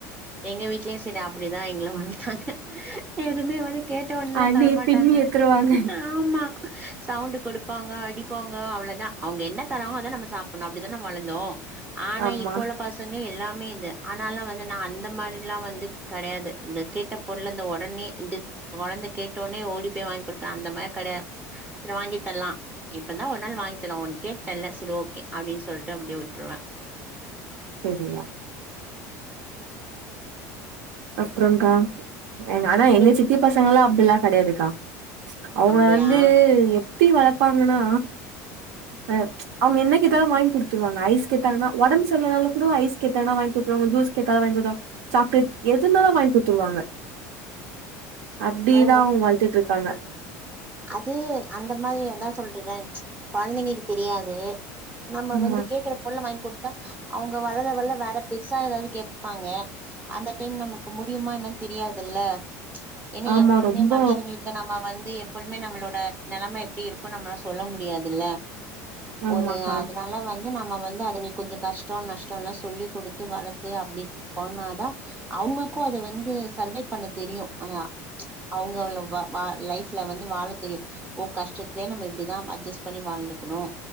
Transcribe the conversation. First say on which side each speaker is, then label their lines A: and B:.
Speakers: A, on the right; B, on the right.
A: எங்க வீட்லயும் சரி அப்படிதான் எங்கள வளத்தாங்க எதுவுமே வந்து கேட்ட உடனே
B: அடி
A: தரமாட்டாங்க
B: பின்னி எத்துருவாங்க
A: ஆமா சவுண்ட் கொடுப்பாங்க அடிப்பாங்க அவ்ளோவுதா அவுங்க என்ன தராங்கோ அதா நம்ம சா டனும் அப்படிதான வளந்தோம் ஆனா
B: ஆமா
A: இப்போ உள்ள பசங்க எல்லாம் மே இது ஆனால வந்து நா அந்த மாரி எல்லாம் வந்து கிடையாது இந்த கேட்ட பொருள் இந்த உடனே இது கொழந்தை கேட்டனே ஓடி போய் வாங்கி கொடுக்கன் அந்த மாரி கிடையாது சில வாங்கி தரலாம் இப்ப என்ன ஒரு நாள் வாங்கி தர உன் கேட்டல்ல சரி ஓகே அப்டின் சொல்ட்டு அப்டியே விட்டுருவேன்
B: சேரிங்க அப்பறம்கா ஆனா
A: நீங்க
B: எங்க சித்தி பசங்க எல்லாம் அப்டிலாம் கிடையாதுக்கா அவுங்க
A: அப்டியா
B: வந்து எப்டி வளர்ப்பாங்கன்னா அ அவுங்க என்ன கேட்டாலும் வாங்கி குடுத்துருவாங்க ஐஸ் கேட்டங்கனா உடம்பு சரியில்லனா கூட ஐஸ் கேட்டாலும் வாங்கி குடுத்துவாங்க ஜூஸ் கேட்டாலும் வாங்கி குடுத்துடுவாங் சாக்லேட் எதுனாலும் வாங்கி குடுத்துருவாங்க அப்டிதான்
A: ஓ
B: அவங்க வளத்துட்டு இருக்காங்க
A: அது அந்த மாரி அதான் சொல்றன்ல குழந்தைங்களுக்கு தெரியாது நம்ம
B: ஆமா
A: வந்து கேக்குற பொருள் வாங்கி குடுத்தா அவங்க வளர வளர வேற பெருசா ஏதாவது கேட்பாங்க அந்த டைம் நமக்கு முடியுமா என்னு தெரியாதுல்ல ஏன்னா
B: ஆமா
A: எப்பொழுமே
B: ரொம்ப
A: மனுஷங்களுக்கு நம்ம வந்து எப்பழுமே நம்மளோட நிலமை எப்டி இருக்கும்னு நம்மல்லாம் சொல்ல முடியாதுல்ல
B: ஆமாக்கா
A: ஒரு அது அதனால வந்து நம்ம வந்து அதுங்க கொஞ்சோ கஷ்டம் நஷ்டம் எல்லாம் சொல்லி கொடுத்து வளர்த்து அப்டி பண்ணாதான் அவங்களுக்கும் அத வந்து சர்வை பண்ண தெரியும் ஆ அவுங்க அவுவ‌வா லைஃப் ல்ல வந்து வாழ தெரியும் ஓ கஷ்டத்துலயே நம்ம இப்டிதான் அட்ஜஸ்ட் பண்ணி வாழ்ந்துக்கணும்